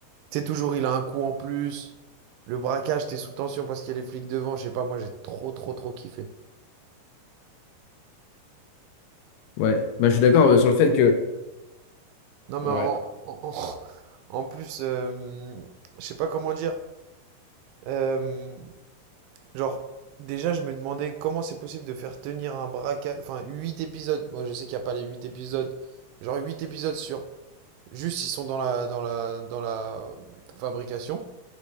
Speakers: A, on the right; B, on the left.
A: tu sais, toujours, il a un coup en plus. Le braquage, t'es sous tension parce qu'il y a les flics devant. Je sais pas, moi, j'ai trop, trop, trop kiffé.
B: Ouais. Bah, je suis d'accord euh, sur le fait que.
A: Non, mais
B: Ouais.
A: en, en- en- <laughs> en plus, euh, je sais pas comment dire. Euh, Genre, déjà, je me demandais comment c'est possible de faire tenir un braquage. Enfin, 8 épisodes. Moi, je sais qu'il n'y a pas les 8 épisodes. Genre, 8 épisodes sur. Juste, ils sont dans la, dans la, dans la fabrication.